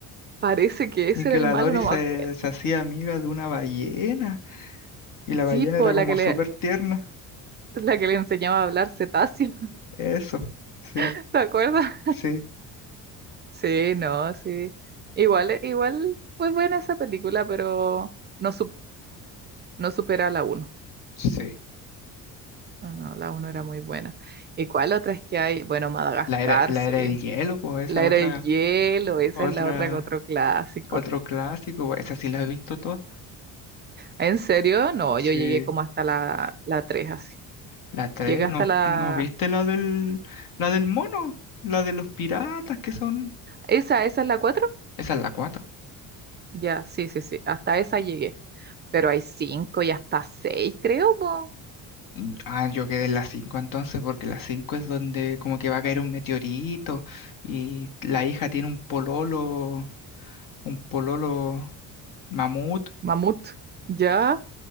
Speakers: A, on the right; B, on the left.
A: Parece que ese
B: Y que
A: era el
B: la
A: malo,
B: Dory
A: no
B: se,
A: me acuerdo.
B: se hacía amiga de una ballena, y la ballena
A: Sí, po,
B: era
A: la
B: como
A: que
B: súper
A: le,
B: tierna.
A: la que le enseñaba a hablar cetáceo,
B: Eso, sí,
A: <laughs> ¿te acuerdas?
B: sí,
A: Sí, no, sí. Igual, eh, igual fue buena esa película, pero no, sup- no supera a la uno.
B: sí.
A: Bueno, la uno era muy buena. ¿Y cuál otra es que hay? Bueno, Madagascar,
B: La era, la
A: sí.
B: era del hielo, pues
A: La
B: esa
A: era
B: otra,
A: del hielo, esa
B: otra,
A: es la otra, otro clásico.
B: otro clásico, po, esa sí la he visto toda.
A: ¿En serio? No,
B: Sí,
A: yo llegué como hasta la, la 3 así.
B: La 3
A: Llegué hasta
B: ¿no, vi-
A: la...
B: no viste la del, la del mono? La de los piratas que son...
A: ¿Esa, esa es la 4.
B: Esa es la cuatro
A: Ya, sí, sí, sí. Hasta esa llegué. Pero hay 5 y hasta seis, creo, po.
B: Mm, Ah, yo quedé en la 5 entonces porque la 5 es donde como que va a caer un meteorito y la hija tiene un pololo, un pololo mamut.
A: Mamut. ¿Ya?